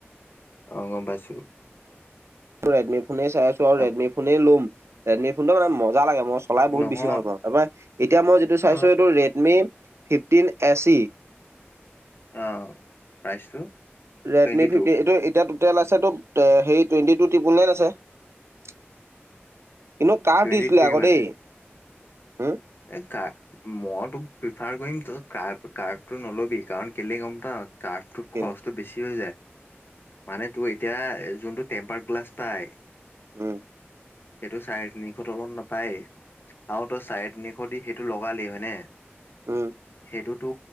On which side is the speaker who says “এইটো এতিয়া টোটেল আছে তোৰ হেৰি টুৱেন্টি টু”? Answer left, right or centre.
Right